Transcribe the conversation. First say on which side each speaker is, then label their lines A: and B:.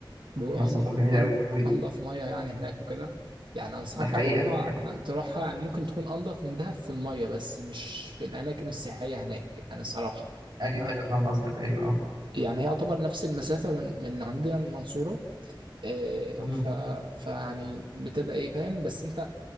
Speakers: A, on the right; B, on the right.
A: بيقولوا
B: مرسى
A: انضف
B: مطروح جميلة
A: أن-
B: قوي
A: انضف ميه يعني هناك وكده يعني انصحك
B: ده حقيقة
A: تروحها
B: دي حقيقة
A: تروحها يعني ممكن تكون انضف من دهب في الميه بس مش في الاماكن السياحيه هناك يعني الصراحه
B: ايوه ايوه فاهم قصدك ايوه اه
A: يعني هي يعتبر نفس المسافه من من عندنا من المنصوره آه،
B: م.
A: ف فيعني بتبقى ايه فاهم بس انت